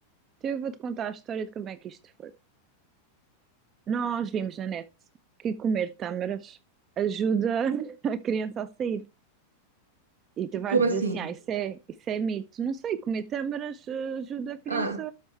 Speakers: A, on the right; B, on the right.
A: Então eu vou-te contar a história de como é que isto foi. Nós vimos na net que comer tâmaras ajuda <laughs> a criança a sair. E tu vais
B: Como
A: dizer
B: assim?
A: assim, ah, isso é, isso é mito. Não sei, comer tâmaras eh, ajuda a criança
B: Ah,